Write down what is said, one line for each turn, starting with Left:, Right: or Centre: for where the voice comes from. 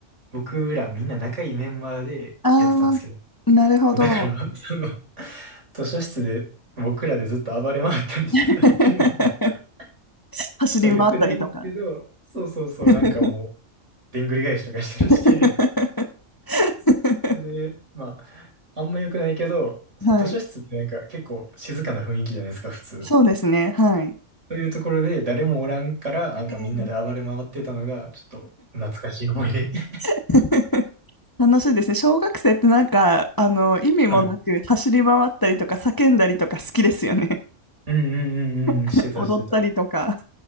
Right: 僕らみんな仲いいメンバーでやってたんですけど、
Left: あー、なるほど。
Right: そう、だから、<laughs> その、図書室で僕らでずっと暴れ回ったりしてたっていうのが、
Left: <laughs>
Right: <laughs>
Left: 走り回ったりとか。
Right: そう、良くないんですけど、そうそうそう、
Left: <laughs>
Right: なんかもう、でんぐり返しとかしたりして、
Left: <laughs>
Right: <laughs> それで、まあ、あんま良くないけど、その図書室ってなんか結構静かな雰囲気じゃないですか、
Left: はい。
Right: 普通。
Left: そうですね。はい。
Right: そういうところで誰もおらんから、なんかみんなで暴れ回ってたのが、
Left: えー
Right: ちょっと懐かしい思い出。<laughs>
Left: <laughs> 楽しいですね。小学生ってなんか、あの、意味もなく走り回ったりとか叫んだりとか好きですよね。
Right: はい。うんうんうんうん、
Left: <laughs>
Right: してたしてた。
Left: 踊ったりとか。